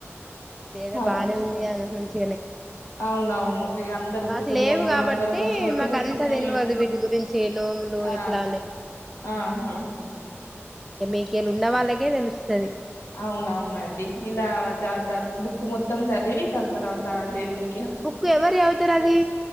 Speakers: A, in the centre; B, on the left (about 65°).
A: ఎదో
B: ఆ
A: బానే
B: రోజు
A: ఉంది గా మంచి
B: అవునవును ఇగ అందరు
A: మాకు
B: కుటుంబంలో
A: లేవు కాబట్టి
B: అందరొక చోటె
A: మాకు అంతా
B: హమ్
A: తెలవదు వీటి గురించి నోములు
B: ఆ
A: ఇట్లా
B: ఆహా
A: క మీకేలి ఉన్న వాళ్ళకే తెలుస్ తది
B: అవున అవునండి ఇలా జతా బుక్ మొత్తం చదివి దాని తర్వాత దేవుని
A: బుక్ ఎవరు జవుతరండి